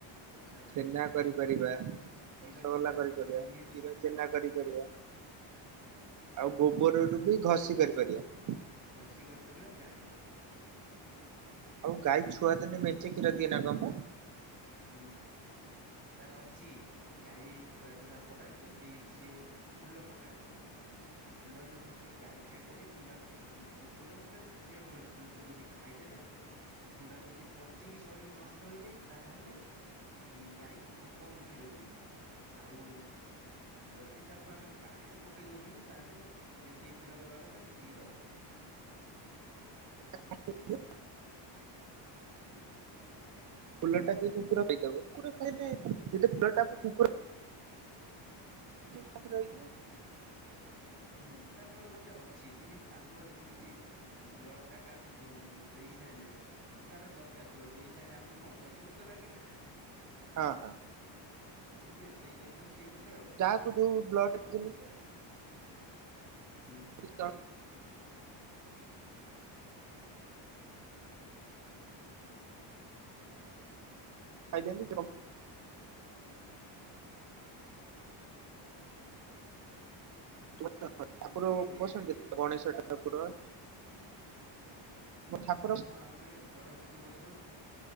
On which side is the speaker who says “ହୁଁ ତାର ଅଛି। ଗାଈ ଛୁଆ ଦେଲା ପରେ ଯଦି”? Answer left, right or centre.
Right